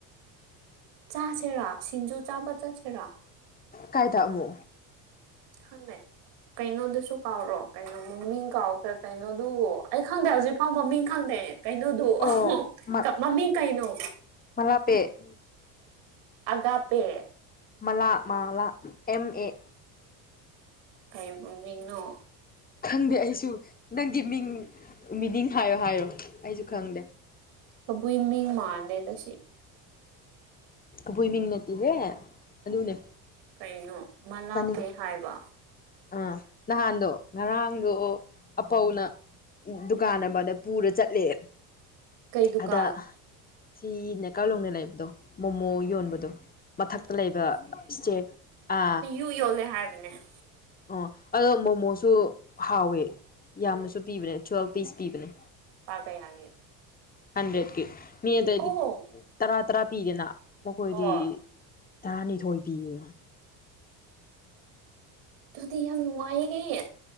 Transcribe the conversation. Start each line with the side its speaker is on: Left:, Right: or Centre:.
Right: ꯆꯥꯁꯦꯔꯥ ꯁꯤꯡꯖꯨ ꯆꯥꯕ ꯆꯠꯁꯤꯔꯥ
Left: ꯀꯥꯏꯗꯃꯨ
Right: ꯈꯪꯉꯦ ꯀꯩꯅꯣꯗꯨꯁꯨ ꯀꯥꯎꯔꯣ ꯀꯩꯅꯣ ꯃꯃꯤꯡ ꯀꯥꯎꯈ꯭ꯔ ꯀꯩꯅꯣꯗꯨ ꯑꯩ ꯈꯪꯗꯦ ꯍꯧꯖꯤꯛ ꯐꯥꯎ ꯃꯃꯤꯡ ꯈꯪꯗꯦ ꯀꯩꯅꯣꯗꯣ
Left: ꯑꯣ
Right: ꯑꯃ
Left: ꯃ
Right: ꯃꯃꯤꯡ ꯀꯩꯅꯣ
Left: ꯃꯂꯥꯄꯦ
Right: ꯑꯒꯥꯞ ꯄꯦ
Left: ꯃꯂꯥ ꯃꯥꯂꯥ ꯑꯦꯝ ꯑꯦ
Right: ꯀꯩꯕ ꯃꯤꯅꯣ
Left: ꯈꯪꯗꯦ ꯑꯩꯁꯨ ꯅꯪꯒꯤ ꯃꯤꯡ ꯃꯤꯅꯤꯡ ꯍꯥꯏꯌꯣ ꯍꯥꯏꯌꯣ ꯑꯩꯁꯨ ꯈꯪꯗꯦ
Right: ꯀꯕꯨꯏ ꯃꯤꯡ ꯃꯥꯟꯗꯦꯗ ꯁꯤ
Left: ꯕꯨꯣꯏꯃꯤꯡ ꯅꯠꯇꯒꯦ ꯑꯗꯨꯅꯦ
Right: ꯀꯩꯅꯣ ꯃꯂꯥꯞꯄꯦ
Left: ꯆꯥꯅꯤꯡꯉꯤ
Right: ꯍꯥꯏꯕ
Left: ꯑꯥ ꯅꯍꯥꯟꯗꯣ ꯉꯔꯥꯡꯗꯣ ꯑꯄꯧꯅ ꯎ ꯗꯨꯀꯥꯟ ꯑꯃꯗ ꯄꯨꯔ ꯆꯠꯂꯦ
Right: ꯀꯩ ꯗꯨꯀꯥꯟ
Left: ꯑꯗ ꯁꯤ ꯅꯥꯀꯥꯂꯣꯡꯗ ꯂꯩꯕꯗꯣ ꯃꯣꯃꯣ ꯌꯣꯟꯕꯗꯣ ꯃꯊꯛꯇ ꯂꯩꯕ ꯏꯁꯇꯦꯔ ꯑ
Right: ꯀꯨ ꯌꯣꯜꯂꯦ ꯍꯥꯏꯕꯅꯦ꯫
Left: ꯑꯣ ꯑꯗꯣ ꯃꯣꯃꯣꯁꯨ ꯍꯥꯎꯋꯦ꯫ ꯌꯥꯝꯅꯁꯨ ꯄꯤꯕꯅꯦ ꯇꯨꯋꯦꯜꯕ ꯄꯤꯁ ꯄꯤꯕꯅꯦ꯫
Right: ꯊꯥ ꯀꯌꯥꯒꯤ
Left: ꯍꯟꯗ꯭ꯔꯦꯠꯀꯤ ꯃꯤ ꯑꯇꯩꯏꯗꯤ
Right: ꯑꯣ
Left: ꯇꯔꯥ ꯇꯔꯥ ꯄꯤꯗꯅ ꯃꯈꯣꯏꯗꯤ
Right: ꯍꯣꯏ
Left: ꯇꯔꯥꯅꯤꯊꯣꯏ ꯄꯤꯌꯦ
Right: ꯑꯗꯨꯗꯤ ꯌꯥꯝ ꯅꯨꯡꯉꯥꯏꯌꯦ